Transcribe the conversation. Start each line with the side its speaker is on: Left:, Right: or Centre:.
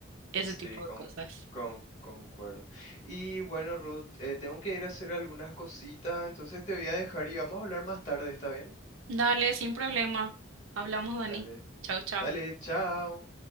Right: ese
Left: Sí,
Right: tipo
Left: con,
Right: de cosas.
Left: con, concuerdo. Y bueno, Ruth, eh, tengo que ir a hacer algunas cositas, entonces te voy a dejar y vamos a hablar más tarde, ¿está bien?
Right: Dale, sin problema. Hablamos, Dani.
Left: Dale,
Right: Chau, chau.
Left: dale, chao.